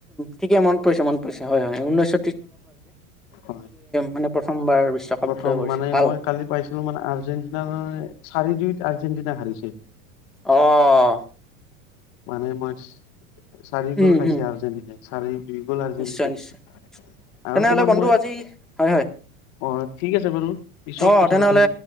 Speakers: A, in the centre; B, on the left.
A: ঠিকে মন পৰিছে মন পৰিছে হয় হয় উনৈশ
B: হয়
A: মানে প্ৰথমবাৰ বিশ্বকাপ
B: প্ৰথম
A: জয় কৰিছিল
B: মানে
A: ভাল
B: মই কালি পাইছিলো মানে আৰ্জেন্টিনাৰ চাৰি দুইত আৰ্জেন্টিনা হাৰিছে।
A: অহ
B: মানে মই চাৰি
A: উম
B: গল খাইছে
A: হম
B: আৰ্জেণ্টিনাই চাৰি বি <unintelligible>
A: নিশ্চয় নিশ্চয় তেনেহ'লে
B: আৰু তোমাৰ
A: বন্ধু
B: মই,
A: আজি হয় হয়
B: অ ঠিক আছে বাৰু পিছত
A: অ
B: কথা
A: তেনেহলে
B: পাতিম